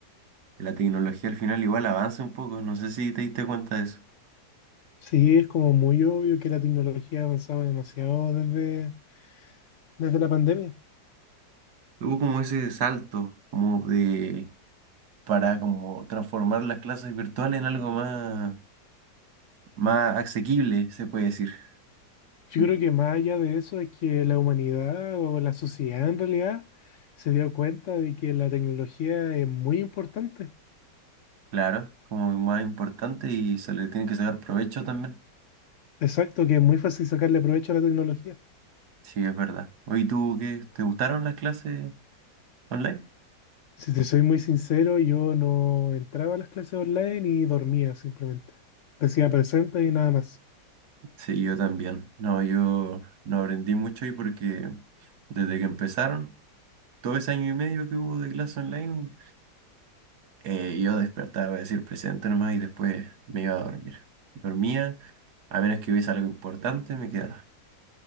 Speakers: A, on the right (about 65°); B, on the left (about 70°).
A: la tecnología al final igual avance un poco. No sé si te diste cuenta de eso.
B: Sí, es como muy obvio que la tecnología avanzaba demasiado desde, desde la pandemia.
A: Hubo como ese salto, como de, para como transformar las clases virtuales en algo más más asequible, se puede decir.
B: Yo
A: Sí,
B: creo que más allá de eso es que la humanidad o la sociedad en realidad se dio cuenta de que la tecnología es muy importante.
A: Claro, como más importante y se le tiene que sacar provecho también.
B: Exacto, que es muy fácil sacarle provecho a la tecnología.
A: Sí, es verdad. Oye, ¿tú qué? ¿Te gustaron las clases online?
B: Si te soy muy sincero, yo no entraba a las clases online y dormía simplemente. Decía presente y nada más.
A: Sí, yo también. No, yo no aprendí mucho ahí porque desde que empezaron, todo ese año y medio que hubo de clase online, eh, yo despertaba para decir presente nomás y después me iba a dormir. Dormía, a menos que hubiese algo importante, me quedaba.